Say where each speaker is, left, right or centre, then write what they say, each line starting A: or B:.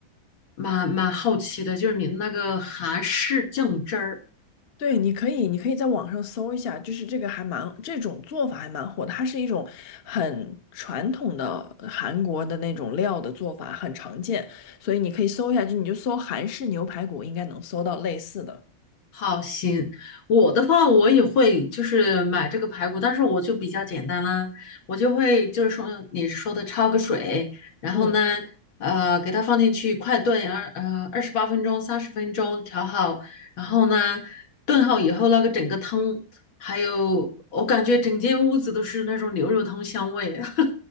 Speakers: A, on the left; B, on the left.
A: 蛮蛮好奇的，就是你那个韩式酱汁儿。
B: 对，你可以，你可以在网上搜一下，就是这个还蛮，这种做法还蛮火的。它是一种很传统的韩国的那种料的做法，很常见，所以你可以搜一下，就你就搜韩式牛排骨，应该能搜到类似的。
A: 好，行，我的话我也会就是买这个排骨，但是我就比较简单啦，我就会就是说你说的焯个水，然后呢，
B: 嗯，
A: 呃，给它放进去快炖二呃二十八分钟、三十分钟调好，然后呢，炖好以后那个整个汤，还有我感觉整间屋子都是那种牛肉汤香味，<laughs>